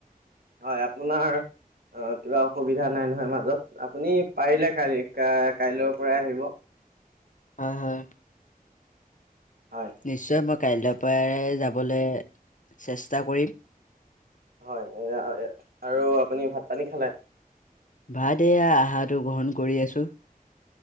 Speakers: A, on the right (about 80°); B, on the left (about 55°).
A: হয় আপোনাৰ, অ কিবা অসুবিধা নাই নহয় মাজত, আপুনি পাৰিলে কালি কাইলৈৰ পৰাই আহিব।
B: হয় হয়
A: হয়
B: নিশ্চয় মই কাইলৈ পৰাই যাবলৈ চেষ্টা কৰিম,
A: হয় আৰু আপুনি ভাত পানী খালে,
B: ভাত এয়া আহাৰটো গ্ৰহণ কৰি আছো।